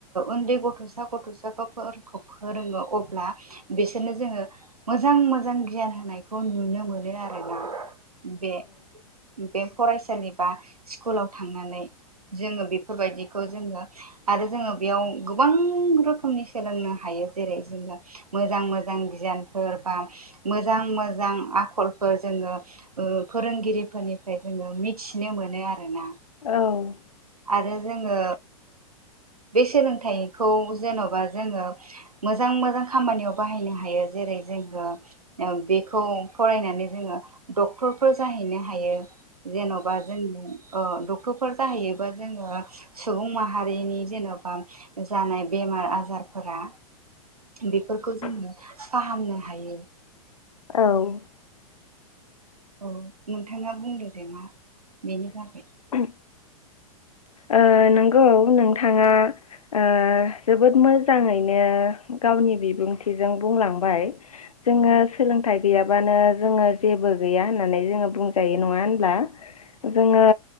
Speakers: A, on the right; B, on the left.
A: उन्दै गथ'सा गथ'साखौ फोरखो फोरोङो अब्ला बिसोरनो जोङो मोजां मोजां गियान होनाय खौ नुनो मोनो आरो ना बे बे फरायसालि बा स्कुलाव थांनानै जोङो बेफोरबायदिखौ जोङो आरो जोङो बेयाव गोबां रोखोमनि सोलोंनो हायो। जे जेरै जोङो मोजां मोजां गियानफोर बा मोजां मो जां आखलफोर जोङो फोरोंगिरिफोरनिफ्राय जोङो मिथिनो मोनो आरोना।
B: औ
A: आरो जोङो बे सोलोंथाइखौ जेन'बा जोङो मोजां मोजां खामानियाव बाहायनो हायो जेरै जोङो बेखौ फरायनानै जोङो डक्टरफोर जाहैनो हायो। जेन'बा जों ओ डक्टरफोर जाहैयो बा जोङो सुबुं माहारिनि जेन'बा जानाय बेमार आजारफोरा बेफोरखौ जोङो
B: औ
A: फाहामनो हायो।
B: औ
A: औ नोंथाङा बुंदो दे मा बेनि बागै
B: औ ओ नंगौ नोंथाङा ओ जोबोद मोजाङैनो गावनि बिबुंथिजों बुंलांबाय। जोङो सोलोंथाइ गैयाबानो जोङो जेबो गैया होननानै जोङो बुंजायो नङा होनब्ला।
A: <inaudible>
B: जोङो